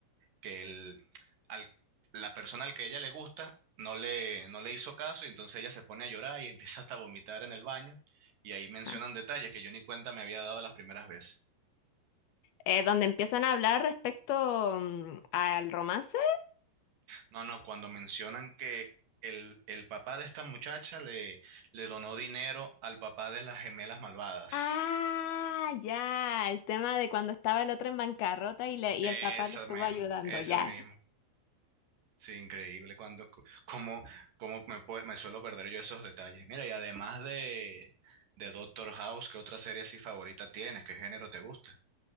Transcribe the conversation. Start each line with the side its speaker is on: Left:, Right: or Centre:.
Right: que el- al- la persona al que ella le gusta no le, no le hizo caso y entonces ella se pone a llorar y <laughs> empieza hasta a vomitar en el baño. Y ahí mencionan
Left: Ajá.
Right: detalles que yo ni cuenta me había dado las primeras veces.
Left: Eh, donde empiezan a hablar respecto mm, al romance
Right: No, no, cuando mencionan que el, el papá de esta muchacha le le donó dinero al papá de las gemelas malvadas.
Left: Ah, ya, el tema de cuando estaba el otro en bancarrota y, le, y
Right: Eso
Left: el papá lo estuvo
Right: mismo,
Left: ayudando,
Right: eso
Left: ya.
Right: mismo. Sí, increíble. Cuando, c- cómo, cómo me, pue- me suelo perder yo esos detalles. Mira, y además de, de Doctor House, ¿qué otra serie así favorita tienes? ¿Qué género te gusta?